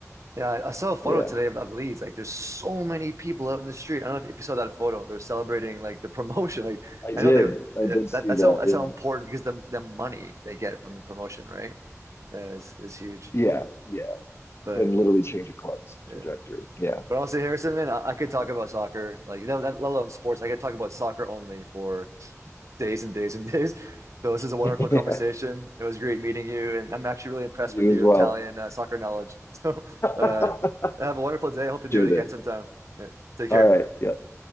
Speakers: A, on the right; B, on the left.
A: Yeah. I, I saw a photo
B: Yeah.
A: today of, of Leeds. Like, there's so many people out in the street. I don't know if, if you saw that photo. They're celebrating like the <laughs> promotion. Like,
B: I did.
A: I know they
B: I
A: yeah,
B: did
A: that
B: see
A: that's
B: that.
A: how that's
B: Yeah.
A: how important because the the money they get from the promotion, right? Yeah, is is huge.
B: Yeah. Yeah.
A: But
B: can literally change a club's
A: yeah.
B: trajectory. Yeah.
A: But honestly, Harrison, man, I, I could talk about soccer like you know, that, let alone sports. I could talk about soccer only for days and days and <laughs> days. So this is a wonderful
B: <laughs> yeah.
A: conversation. It was great meeting you, and I'm actually really impressed
B: you
A: with your
B: as well.
A: Italian uh, soccer knowledge. <laughs> So
B: <laughs> Appreciate
A: uh, have a wonderful day. I hope to do it again
B: it.
A: sometime. Yeah, Take care.
B: All right. Yeah.